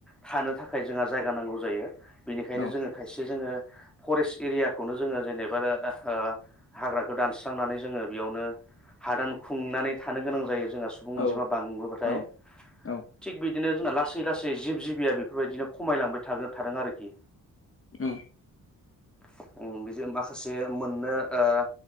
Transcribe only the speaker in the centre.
थानो थाखाय जोंहा जायगा नांगौ जायो। बेनिखायनो
जोङो खायसे जोङो। फरेस्ट एरियाखौनो जोङो जेनेबा ओं हाग्राखौ दानस्रांनानै जोङो बेयावनो हादान खुंनानै थानो गोनां जायो। जोंना सुबुं
अनजिमा बांबोबाथाय
थिग बिदिनो जोंना लासै लासै जिब जिबि या बेफोरबायदिनो खमायलांबाय थागोन थादों आरोखि।
<unintelligible> ओं बिजों माखासे मोननो ओं